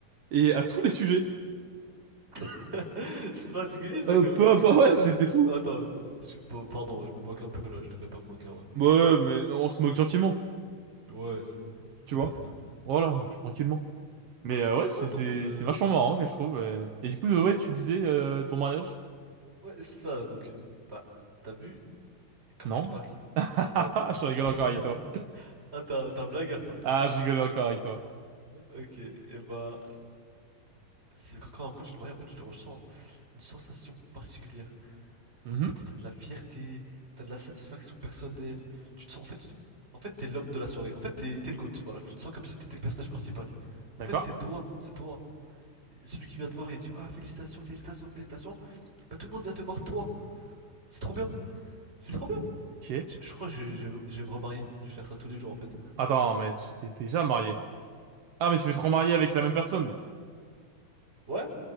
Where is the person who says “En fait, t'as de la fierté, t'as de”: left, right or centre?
Right